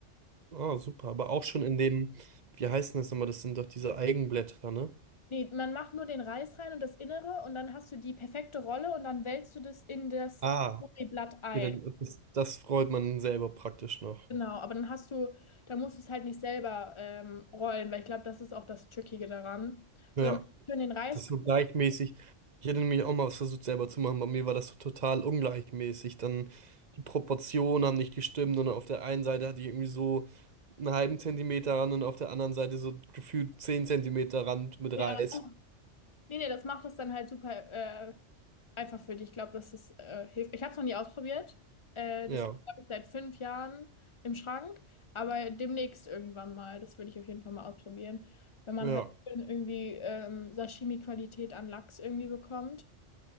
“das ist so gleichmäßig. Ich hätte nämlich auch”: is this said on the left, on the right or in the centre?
Right